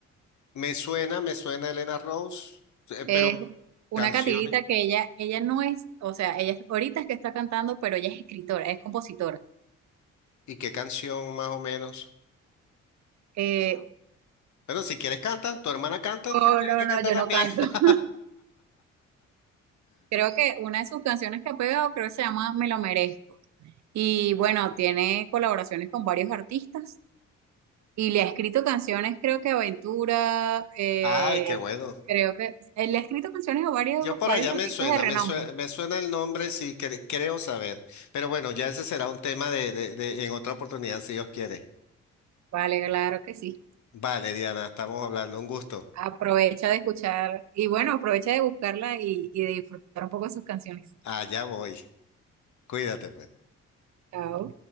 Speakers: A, on the left; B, on the right.
A: Me suena, me suena Elena Rose, eh,
B: Es
A: pero
B: una
A: canciones.
B: catirita que ella, ella no es, o sea, ella ahorita es que está cantando, pero ella es escritora, es compositora.
A: ¿Y qué canción más o menos?
B: Eh,
A: Bueno, si quieres canta, tu hermana canta,
B: no,
A: tú tienes
B: no,
A: que
B: no,
A: cantar
B: yo
A: también.
B: no canto.
A: <laughs>
B: <laughs> Creo que una de sus canciones que ha pegado, creo que se llama Me lo merezco. Y bueno, tiene colaboraciones con varios artistas y le ha escrito canciones, creo que a Ventura, eh,
A: Ay, qué bueno.
B: creo que él le ha escrito canciones a varios,
A: Yo por
B: varios
A: allá
B: artistas
A: me suena,
B: de renombre.
A: me suena, me suena el nombre si cre- creo saber. Pero bueno, ya ese será un tema de, de, de- en otra oportunidad, si Dios quiere.
B: Vale, claro que sí.
A: Vale, Diana, estamos hablando, un gusto.
B: Aprovecha de escuchar y bueno, aprovecha de buscarla y, y de disfrutar un poco de sus canciones.
A: Allá voy. Cuídate, pues.
B: Chao.